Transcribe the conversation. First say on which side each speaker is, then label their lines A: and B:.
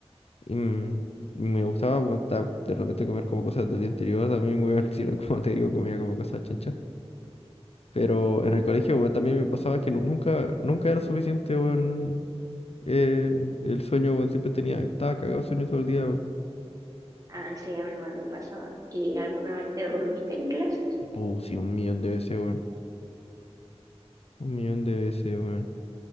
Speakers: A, on the left; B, on the right.
A: mm, me gustaba bueno, de repente comer como cosas del día anterior también, weón, <laughs> si no, como te digo, comía como cosas chanchas. Pero en el colegio, weón, también me pasaba que nu- nunca, nunca era suficiente, weón. eh, el sueño, weón, siempre tenía, estaba cagado de sueño todo el día, weón.
B: Ah, sí, a mí igual me pasaba. ¿Y alguna vez te dormiste en clases?
A: Puh, sí, un millón de veces, weón. Un millón de veces, weón.